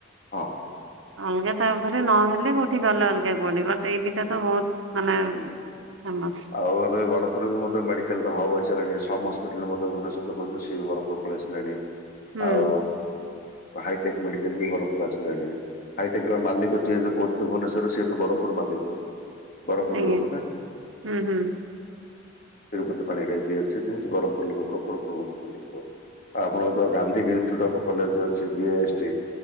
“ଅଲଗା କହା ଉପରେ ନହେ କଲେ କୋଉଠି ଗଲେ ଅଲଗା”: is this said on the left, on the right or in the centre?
Right